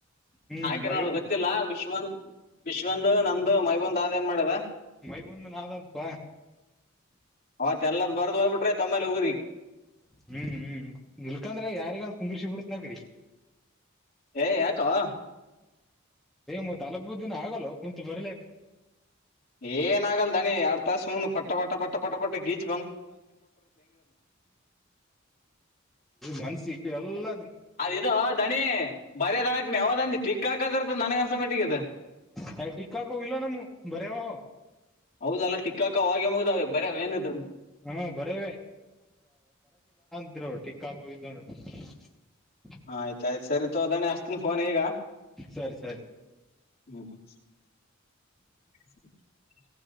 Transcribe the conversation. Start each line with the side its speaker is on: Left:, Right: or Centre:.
Centre: ಹ್ಮ್
Left: ಆಕನೋರ್ದ
Centre: ಮೈ
Left: ಗೊತ್ತಿಲ್ಲ ವಿಶ್ವ ವಿಶ್ವಂದು ನಂದು. ಅದು ಮೈಬಂದ ಆದ್ಏನ್ ಮಾಡದ.
Centre: ಮೈಬಂದ ನಾ ದಂತಪ್ಪಾ.
Left: ಅವತ್ ಎಲ್ಲಾರ ಬರ್ದ್ ಹೋಗ್ಬಿಟ್ರೆ ತಮ್ಮಲ್ಲಿ ಊರಿ
Centre: ಹ್ಮ್ ಹ್ಮ್ ನಿಲ್ಕಂದ್ರೆ ಯಾರಿಗಾನ ಕುಂದರ್ಸಿ ಬಿಡ್. ನಗಡಿ.
Left: ಏ ಯಾಕೋ
Centre: ಮತ್ ಅಲಬದಿನ ಆಗಲ್ಲೊ ಕುಂತ್ ಬರಿಲಾಕ್.
Left: ಏನ ಆಗಲ್ ದಣಿ ಏನ್ ಯಾಡ್ ತಾಸ್ ಸುಮ್ನ ಪಟ್ಟ ಪಟ್ಟ ಪಟ್ಟ ಪಟ್ಟ ಪಟ್ಟ ಗೀಚ.
Centre: ಮನ್ಸಿಗೆ ಎಲ್ಲ.
Left: ಅದಿದು ದಣಿ ಬರೆಯೋದನಕ್ ಯಾವ್ದಂದಿ ಟಿಕ್ ಹಾಕದಿರ್ತ ನನಗನ್ಸ ಮಟ್ಟಿಗೆ ಇದು
Centre: ಹೇಳ್ ಟಿಕ್ ಆಕುವ್ ಇಲ್ಲ ನಮ್ಮು ಬರೆಯವ ಅವ.
Left: ಹೌದಲ್ಲ ಟಿಕ್ ಆವಾಗ್ಲೇ ಮುಗ್ದಾವೆ ಬರ್ ಏನಿದ್ರು.
Centre: ಹ್ಮ ಬರೇ ಇದ್ರು ಟಿಕ್ ಹಾಕೋವಿದ್ದು ಅಂದ್ರ.
Left: ಆಯ್ತ ಆಯ್ತ್ ಸರಿ ತೋದಣೆ ಹಚ್ತಿನ ಫೋನ್ ಈಗ.
Centre: ಸರಿ ಸರಿ
Left: <unintelligible>